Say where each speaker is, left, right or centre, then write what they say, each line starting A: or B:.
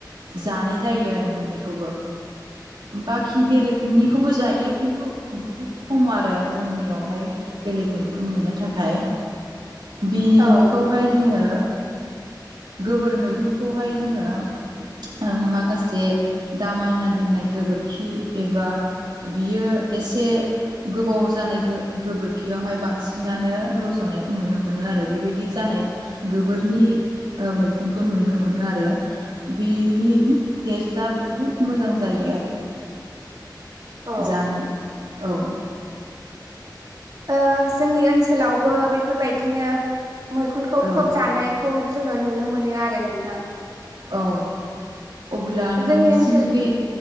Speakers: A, on the right; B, on the right.
A: जानाय जायो आरो मोननैखौबो बाखि बेलेगनिखौबो जायो खिन्थु बुहुद खम आरो जोंनियावहाय बेलेग मैखुन मोननो थाखाय बिखौहाय
B: औ
A: जोङो गोबोर मै मैखुनखौहाय जोङो माखासे दामायना दोननाय गोबोरखि एबा बियो एसे गोबाव जानाय गोबोरखियावहाय बांसिनानो रज'नायखौ नुनो मोनो आरो बेबायदि जानाय गोबोरनि मैखुन खौ नुनो मोनो आरो बेनि टेस्टा बुहुत मोजां जायो आरो
B: ओ
A: जानो। औ।
B: ओ जोंनि ओनसोलावबो बेफोरबायदिनो मैखुनखौ
A: औ
B: खोब जानायखौ जोङो नुनो मोनो आरो नोंथां।
A: औ अब्ला नोंसिनि
B: जोंनि ओनसोल
A: बे